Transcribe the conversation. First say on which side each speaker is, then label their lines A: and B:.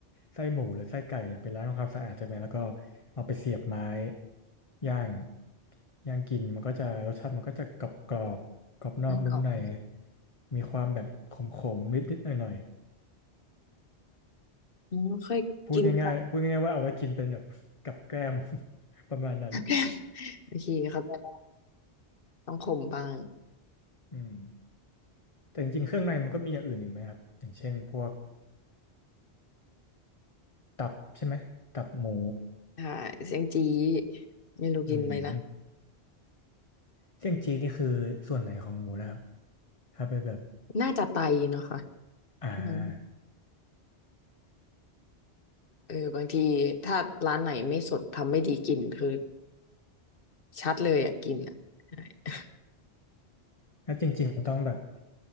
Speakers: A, on the left; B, on the left.
A: ไส้หมูหรือไส้ไก่เนี่ยไปล้างทำความสะอาดใช่ไหมแล้วก็เอาไปเสียบไม้ย่างย่างกินมันก็จะรสชาติมันก็จะกรอบกรอบกรอบนอกนุ่มใน
B: ไม่กรอบไหม
A: มีความแบบขมขมนิดนิดหน่อยหน่อย
B: อ๋อเคยกินค่ะ
A: ๆพูดง่ายๆพูดง่ายๆว่าเอาไว้กินเป็นแบบกับแกล้ม
B: <laughs>
A: <laughs> ประมาณนั้น
B: แบบโอเคเขาใจได้ต้องขมบ้าง
A: <laughs> อืมแต่จริงๆเครื่องในมันก็มีอย่างอื่นอีกไหมครับอย่างเช่นพวกตับใช่ไหมตับหมู
B: ใช่เสียงจี้ไม่รู้กินไหมนะ
A: อืมเจียงจีนี่คือส่วนไหนของหมูนะครับถ้าไปแบบ
B: น่าจะไตเนาะค่ะ
A: อ่า
B: อืมเออบางทีถ้าร้านไหนไม่สดทำไม่ดีกลิ่นคือชัดเลยอ่ะกลิ่นอะใช่
A: ถ้าจริงๆมันต้องแบบ